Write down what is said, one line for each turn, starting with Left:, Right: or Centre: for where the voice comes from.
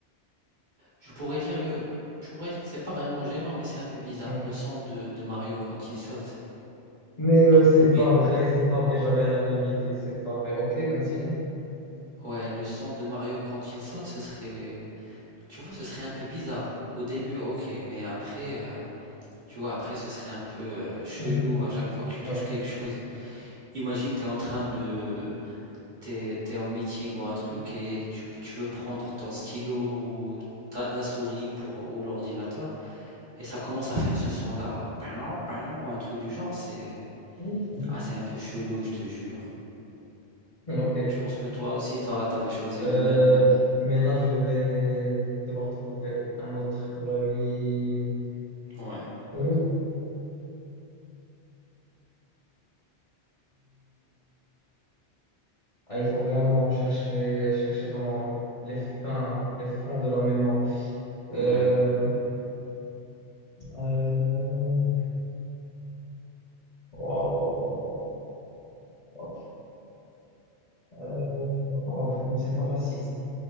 Right: je pourrais dire le, je pourrais dire que c'est pas vraiment gênant, mais c'est un peu bizarre.
Left: ouais.
Right: Le son de, de Mario quand il saute.
Left: Mais euh,
Right: Non,
Left: c'est
Right: ou
Left: pas
Right: bien,
Left: vrai, c'est pas vrai, j'avais la même idée, c'est pas vrai. Ok, continue.
Right: ouais, le son de Mario quand il saute, ce serait, tu vois, ce serait un peu bizarre. Au début, ok, mais après, euh, tu vois, après, ce serait un peu euh, chelou
Left: <laughs> Mhm,
Right: à chaque fois que tu touches
Left: Ouais.
Right: quelque chose. Imagine, tu es en train de... T'es, t'es en meeting ou un truc et tu, peux- tu veux prendre ton stylo ou ta- la souris pour, ou l'ordinateur et ça commence à faire ce son-là. Pain, pain, ou un truc du genre. C'est...
Left: Mhm,
Right: Ah, c'est un peu chelou, je te jure.
Left: mhm. Ok.
Right: Je pense que toi aussi, t'as- t'avais choisi
Left: Euh,
Right: le même. euh,
Left: mais là, je vais devoir trouver un autre bruit.
Right: Ouais,
Left: Hmm. Ah, il faut vraiment chercher, chercher dans les fins, les fonds de la mémoire. Euh,
Right: ouais,
Left: euh, waouh, waouh, waouh, waouh, waouh. Euh, waouh, non, c'est pas facile ça.